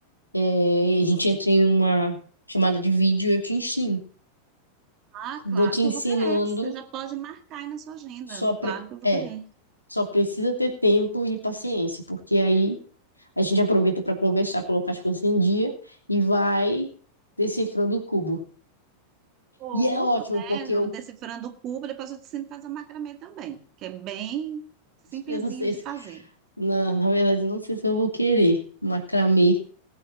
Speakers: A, on the left; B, on the right.
A: É, a gente entra em uma chamada de vídeo e eu te ensino.
B: ah,
A: Vou
B: claro
A: te
B: que
A: ensinando,
B: eu vou querer. Você já pode marcar aí na sua agenda.
A: só pre...
B: Claro que eu vou
A: é,
B: querer.
A: só precisa ter tempo e paciência, porque aí a gente aproveita para conversar, colocar as coisas em dia e vai decifrando o cubo.
B: Ou,
A: E é ótimo,
B: né,
A: porque
B: eu
A: eu,
B: decifrando o cubo, depois eu te ensino a fazer o macramê também, que é bem simplesinho
A: <laughs> eu não sei
B: de
A: se,
B: fazer.
A: na, na verdade, eu não sei se eu vou querer macramê.